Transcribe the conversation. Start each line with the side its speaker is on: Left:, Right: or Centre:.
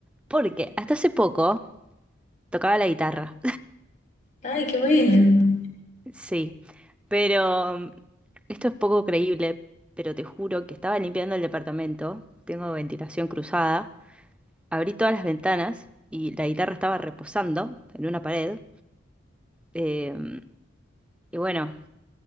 Centre: porque hasta hace poco tocaba la guitarra,
Left: Ay, qué bueno.
Centre: <laughs> sí, pero em, esto es poco creíble, pero te juro que estaba limpiando el departamento, tengo ventilación cruzada, abrí todas las ventanas y la guitarra estaba reposando en una pared, em, y bueno,